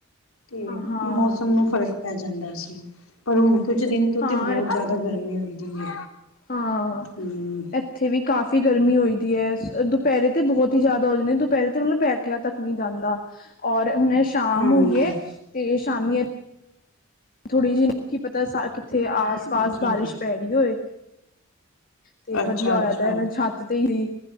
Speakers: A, on the left; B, on the left.
A: ਤੇ
B: ਹਾਂ
A: ਮੌਸਮ ਨੂੰ ਫ਼ਰਕ ਪੈ ਜਾਂਦਾ ਸੀ। ਪਰ ਹੁਣ ਕੁਛ ਦਿਨ ਤੋਂ
B: ਹਾਂ
A: ਤੇ ਬਹੁਤ
B: ਇੱਥੇ
A: ਜ਼ਿਆਦਾ ਗਰਮੀ
B: ਵੀ
A: ਹੋਦੀ ਹੈ।
B: ਹਾਂ, ਏ।
A: ਹਮ
B: ਇੱਥੇ ਵੀ ਕਾਫ਼ੀ ਗਰਮੀ ਹੋਈਦੀ ਹੈ, ਦੁਪਹਿਰੇ ਤੇ ਬਹੁਤ ਹੀ ਜ਼ਿਆਦਾ ਹੋ ਜਾਂਦੇ ਨੇ, ਦੁਪਹਿਰੇ ਤੇ ਮਤਲਬ ਬੈਠਿਆ ਤੱਕ। ਜਾਂਦਾ ਔਰ ਹੁਣ ਸ਼ਾਮ
A: ਹਮ
B: ਹੋਈਏ ਤੇ ਸ਼ਾਮੀ। ਥੋੜ੍ਹੀ ਜਿਹੀ ਕੀ ਪਤਾ ਸਾ, ਕਿੱਥੇ ਆਸ ਪਾਸ
A: ਅੱਛਾ
B: ਬਾਰਿਸ਼
A: ਜੀ
B: ਪੈ ਰਹੀ ਹੋਏ? ਤੇ
A: ਅੱਛਾ
B: ਵਧੀਆ ਹੋਇਆ
A: ਅੱਛਾ
B: ਤਾਂ ਮੈਂ ਛੱਤ ਤੇ ਈ ਰੀ